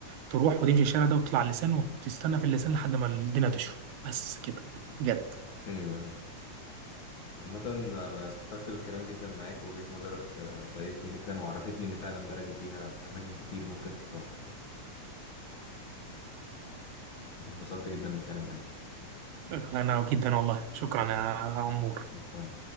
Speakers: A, on the right (about 80°); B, on the left (about 50°).
A: تروح وتمشي الشارع ده وتطلع اللسان وتستنى في اللسان لحد ما الدنيا تشرب بس كده بجد
B: ايوه ايوه عامة أنا استفدت بالكلام جدا معاك ووجهة نظرك آه، فادتني جدا وعرفتني إن فعلا بلدي فيها أماكن كتير ممكن تتراح اتبسطت جدا بالكلام معاك
A: انا جدا والله شكرا يا عمور
B: عفوا